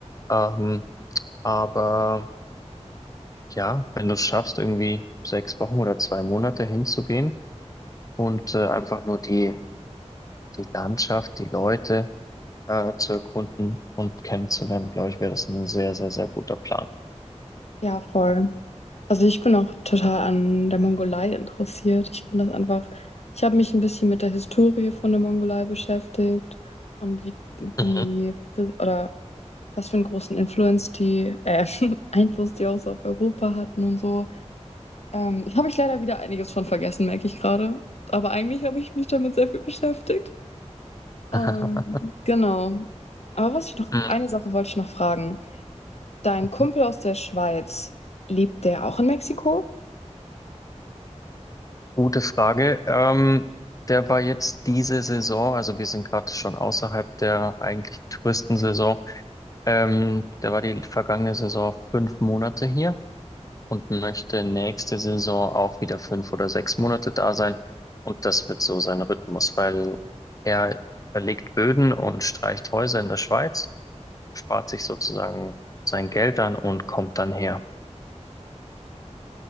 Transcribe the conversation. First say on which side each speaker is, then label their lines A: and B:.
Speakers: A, on the left; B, on the left.
A: Ähm, aber Ja, wenn du es schaffst, irgendwie sechs Wochen oder zwei Monate hinzugehen und äh, einfach nur die, die Landschaft, die Leute äh, zu erkunden und kennenzulernen, glaube ich, wäre das ein sehr, sehr, sehr guter Plan.
B: Ja, voll. Also ich bin auch total an der Mongolei interessiert. Ich finde das einfach, ich habe mich ein bisschen mit der Historie von der Mongolei beschäftigt und wie, wie,
A: Mhm.
B: oder was für einen großen Influence die, äh, <laughs> Einfluss die auch so auf Europa hatten und so. Ähm, habe ich leider wieder einiges von vergessen, merke ich gerade. Aber eigentlich habe ich mich damit sehr viel beschäftigt. Ähm,
A: <laughs>
B: genau. Aber was ich noch,
A: Mhm.
B: eine Sache wollte ich noch fragen. Dein Kumpel
A: Mhm.
B: aus der Schweiz, lebt der auch in Mexiko?
A: Gute Frage. Ähm, der war jetzt diese Saison, also wir sind gerade schon außerhalb der eigentlich Touristensaison. Ähm, der war die vergangene Saison fünf Monate hier. und möchte nächste Saison auch wieder fünf oder sechs Monate da sein. Und das wird so sein Rhythmus, weil er verlegt Böden und streicht Häuser in der Schweiz, spart sich sozusagen sein Geld an und kommt dann her.